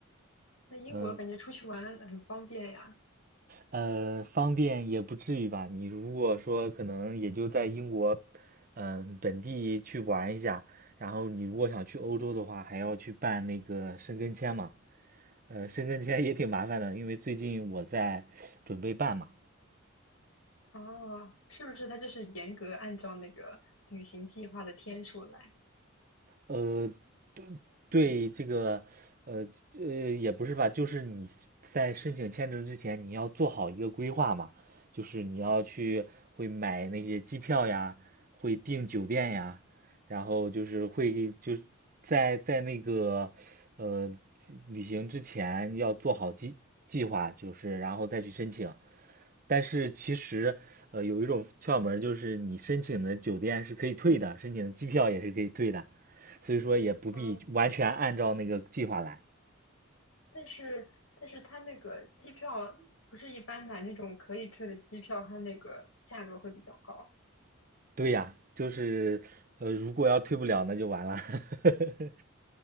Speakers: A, on the left (about 75°); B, on the right (about 40°).
A: 那英国感觉出去玩很方便呀。
B: 嗯，呃，方便也不至于吧？你如果说可能也就在英国，嗯、本地去玩一下，然后你如果想去欧洲的话，还要去办那个申根签嘛。呃，申根签也挺麻烦的，因为最近我在准备办嘛。
A: 啊，是不是它就是严格按照那个旅行计划的天数来？
B: 呃，对这个，呃呃，也不是吧，就是你在申请签证之前，你要做好一个规划嘛，就是你要去会买那些机票呀，会订酒店呀，然后就是会就是在在那个呃旅行之前要做好计计划，就是然后再去申请，但是其实，呃，有一种窍门儿就是你申请的酒店是可以退的，申请的机票也是可以退的，所以说也不必完全按照那个计划来。
A: 啊？但是但是它那个机票不是一般买那种可以退的机票，它那个价格会比较高。
B: 对呀，就是，呃，如果要退不了，那就完了。<laughs>